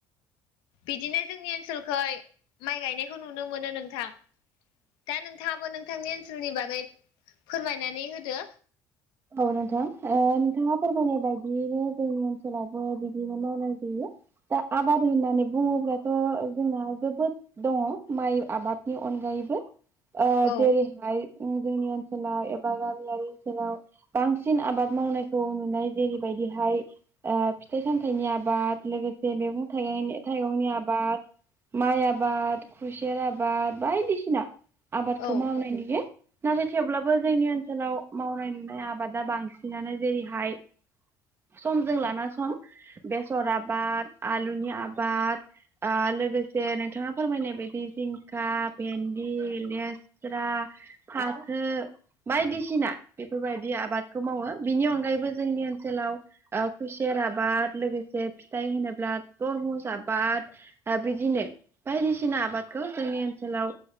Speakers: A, on the left; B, on the right.
A: बिदिनो जोंनि ओनसोलखै माइ गायनायखौ नुनो मोनो नोंथां दा नोंथाङाबो नोंथांनि ओनसोलनि बागै फोरमायनानै होदो
B: औ नोंथां नोंथाङा फोरमायनाय बायदियैनो जोंनि ओनसोलावबो बिदिनो मावनाय जायो दा आबाद होननानै बुङोब्लाथ' जोंना जोबोद दङ माइ आबादनि अनगायै
A: औ
B: जेरैहाय जोंनि ओनसोलाव एबा गामियारि ओनसोलाव बांसिन आबाद मावनायखौ नुनाय जेरैबायदिहाय फिथाइ सामथाइनि आबाद से मैगं थाइगंनि थाइगंनि आबाद माइ आबाद खुसेर आबाद बायदिसिना आबादखौ
A: औ
B: मावनाय नुयो नाथाय थेवब्लाबो जोंनि ओनसोलाव मावनाय नुनाय आबाद आबादा बांसिनानो जेरैहाय समजों लाना सम बेसर आबाद आलुनि आबाद ओ लोगोसे नोंथाङा फोरमायनाय बायदि जिंखा भेन्दि लेस्रा फाथो बायदिसिना बेफोरबायदि आबादखौ मावो बिनि अनगायैबो जोंनि ओनसोलाव खुसेर आबाद लोगोसे फिथाइ होनोब्ला तरमुस आबाद बिदिनो बायदिसिना आबादखौ जोंनि ओनसोलाव